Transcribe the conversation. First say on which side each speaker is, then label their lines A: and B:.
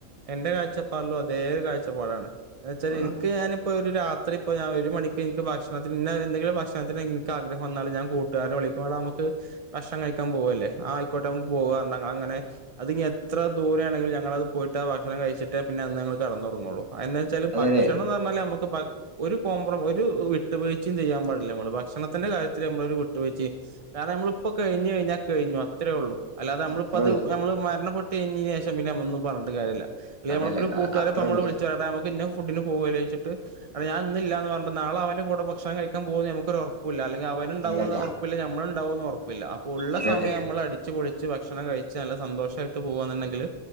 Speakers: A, on the right; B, on the right.
A: എന്റെ കാഴ്ചപ്പാടിലും അതേ ഒരു കാഴ്ചപ്പാടാണ് എന്ന്ച്ചാല്
B: ആഹ്
A: എനക്ക് ഞാന് ഇപ്പോ ഒരു രാത്രി ഇപ്പോ ഞാൻ ഒരു മണിക്ക് നിക്ക് ഭക്ഷത്തിന് എന്തെങ്കിലും ഭക്ഷണത്തിന് നിക്ക് ആഗ്രഹം വന്നാല് ഞാൻ കൂട്ടുകാരനെ വിളി ക്കും വാടാ മ്മുക്ക് ഭക്ഷണം കഴിക്കാൻ പോവല്ലേ ആയിക്കോട്ടെ മ്മുക്ക് പോവ പറഞ്ഞങ്ങളങ്ങനെ അത് ഇനിഎത്ര ദൂ രെയാണെങ്കിലും ഞങ്ങളത് പോയിട്ടാ ഭക്ഷണം കഴിച്ചിട്ടേ പിന്നെ അന്ന് ഞങ്ങള് കെടന്നോറങ്ങോള്ളൂ അയെന്നാച്ചാല്
B: അതെതെ
A: ഭക്ഷണന്ന് പറഞ്ഞാല് നമുക്ക് പ ഒരു കോംമ്പ്ര ഒരു വിട്ടുവീഴ്ച്ചയും ചെയ്യാൻ പാടില്ല മ്മള് ഭക്ഷണത്തിന്റെ കാര്യത്തില് നമ്മളൊരു വിട്ടുവീഴ്ച്ചയും കാര നമ്മളിപ്പോൾ കഴിഞ്ഞ് കഴിഞ്ഞാൽ കഴിഞ്ഞു അത്രേ ഒള്ളൂ അല്ലാതെ നമ്മളിപ്പ
B: അത്രേള്ളൂ
A: അത് നമ്മള് മരണപ്പെട്ടു കഴിഞ്ഞതിന് ശേഷം പിന്നെ നമ്മ ഒന്നും പറഞ്ഞിട്ട് കാര്യല്ല അല്ല
B: അതല്ലേ
A: മ്മളിപ്പോ ഒരു കൂട്ടുകാരിപ്പോ
B: അത്രേള്ളൂ
A: മ്മളെ വിളിച്ചു പറയാ നമുക്കിന്ന ഫു ഫുഡിന് പോവല്ലെച്ചിട്ട് അത് ഞാനിന്നില്ല പറഞ്ഞിട്ട് നാളെ അവന്റെ കൂടെ ഭക്ഷണം കഴിക്കാ പോവൂന്ന് ഞമ്മുക്കൊരു ഒറപ്പൂല്ലല്ലെ അവനുണ്ടാവോന്ന്
B: ഇല്ലല്ല
A: ഒറപ്പില്ല ഞമ്മളുണ്ടാവോന്ന് ഒറപ്പില്ല അപ്പൊ ഉള്ള
B: അതെ
A: സമയം
B: അതെ
A: നമ്മൾ അടിച്ച് പൊളിച്ച് ഭക്ഷണം കഴി ച്ച് നല്ല സന്തോഷായിട്ട് പോവാന്നുണ്ടെങ്കിൽ